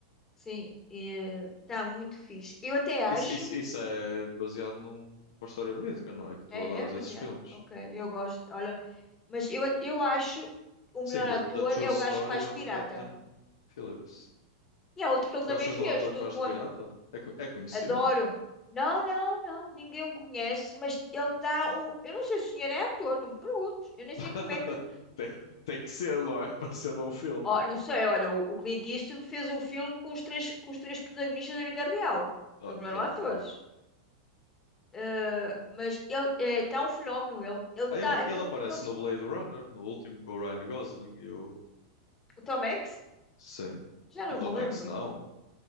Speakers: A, on the left (about 20°); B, on the left (about 75°).
A: Sim, está muito fixe. Eu até acho.
B: Isso, isso, isso é baseado num- numa história verídica, não é? Que tu
A: É,
B: adoras
A: é, mas
B: esses
A: é.
B: filmes.
A: Ok, eu gosto. Olha, mas eu, at- eu acho o melhor
B: Sim, The,
A: ator
B: The True
A: é
B: Story
A: o gajo que faz
B: of
A: de pirata.
B: Captain Phillips.
A: E há outro que ele
B: Gostas
A: também fez,
B: do ator
A: do,
B: que faz
A: do
B: de pirata?
A: avi-
B: É, co- é conhecido?
A: Adoro. Não, não, não. Ninguém o conhece, mas ele está um. Eu não sei se o senhor é ator, não me perguntes. Eu nem sei
B: <laughs>
A: como é que.
B: Tem, tem que ser, não é? <laughs> Para ser num filme.
A: Ó, não sei, olha, o, o Clint Eastwood fez um filme com os três, com os três protagonistas da vida real.
B: Oh,
A: Eles não
B: que
A: eram
B: horror.
A: atores. Eh, mas ele está um fenómeno, ele. Ele está,
B: Ah, ele,
A: aquele,
B: ele aparece
A: aquele... sim.
B: no Blade Runner, no último com o Ryan Gosling e o.
A: O Tom Hanks?
B: Sim.
A: Já não
B: O Tom
A: me lembro.
B: Hanks, não.